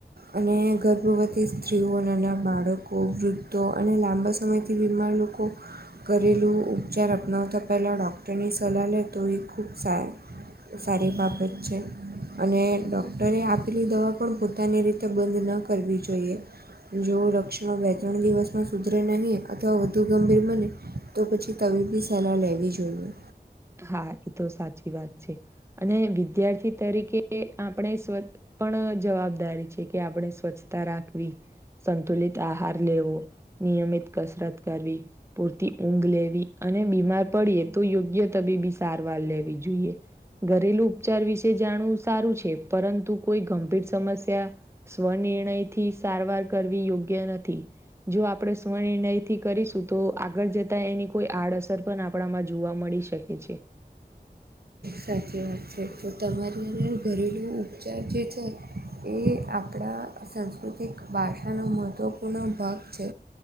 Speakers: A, on the right; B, on the right.
A: અને ગર્ભવતી સ્ત્રીઓ અને નાના બાળકો વૃદ્ધો અને લાંબા સમયથી બીમાર લોકો ઘેરેલું ઉપચાર અપનાવતા પહેલાં ડોક્ટર તેની સલાહ લે તો એ ખૂબ સ સારી બાબત છે. અને ડોક્ટરે આપેલી દવા પણ પોતાની રીતે બંધ ન કરવી જોઈએ. જો રક્ષણ બે ત્રણ દિવસમાં સુધરે નહીં અથવા વધુ ગંભીર બને તો પછી તવીી બી સલાહ લેવી જોઈએ.
B: હા એ તો સાચી વાત છે. અને વિદ્યાર્થી તરીકે આપણે સ્વ પણ જવાબદારી છે કે આપણે સ્વચ્છતા રાખવી. સંતુલિત આહાર લેવો નિયમિત કસરત કરવી. પૂરતી ઊંઘ લેવી અને બીમાર પડીએ તો યોગ્ય તબીબી સારવાર લેવી જોઈએ. ઘરેલુ ઉપચાર વિશે જાણવું સારું છે પરંતુ કોઈ ગંભીર સમસ્યા સ્વનિર્ણય થી સારવાર કરવી યોગ્ય નથી. જો આપણે સ્વનિર્ણયથી કરીશું તો આગળ જતા એની કોઈ આડઅસર પણ આપણામાં જોવા મળી શકે. હ છે.
A: સાચી વાત છે. તો તમારી અંદ ઘરેલું ઉપચાર જે છે એ આપણા સાંસ્કૃતિક ભાષાનો મહત્ત્વપૂર્ણ ભાગ છે.